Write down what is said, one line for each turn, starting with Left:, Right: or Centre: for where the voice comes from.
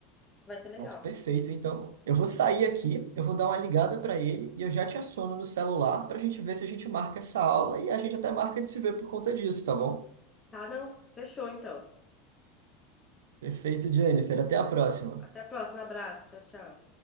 Left: Vai ser legal.
Right: Pronto, perfeito. Então, eu vou sair aqui, eu vou dar uma ligada para ele e eu já te assono no celular para a gente ver se a gente marca essa aula e a gente até marca de se ver por conta disso, tá bom?
Left: Tá, não? Fechou então.
Right: Perfeito, Jennifer. Até
Left: Tá
Right: a próxima.
Left: bom. Até a próxima. Abraço. Tchau, tchau.